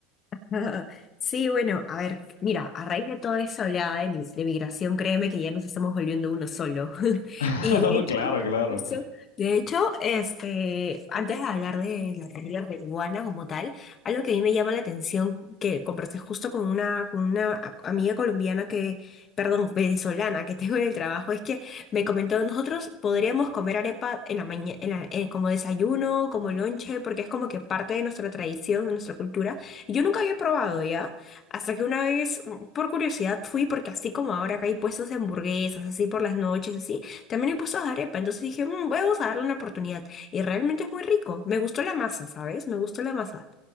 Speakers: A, on the left; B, on the left.
A: <laughs> Sí, bueno, a ver, mira, a raíz de toda esa oleada de, mi- de migración, créeme que ya nos estamos volviendo uno solo. <laughs>
B: <laughs>
A: Y de hecho,
B: Claro, claro.
A: justo, de hecho, este, antes de hablar de la comida peruana como tal, algo que a mí me llama la atención, que conversé justo con una, con una a- amiga colombiana que, perdón, venezolana que tengo en el trabajo, es que me comentó, nosotros podríamos comer arepa en la mañana, como desayuno, como lonche, porque es como que parte de nuestra tradición, de nuestra cultura yo nunca había probado ya, hasta que una vez, mm, por curiosidad, fui porque así como ahora acá hay puestos de hamburguesas, así por las noches, así, también hay puestos de arepa, entonces dije, "Mm, voy a darle una oportunidad. Y realmente es muy rico. Me gustó la masa, ¿sabes? Me gustó la masa.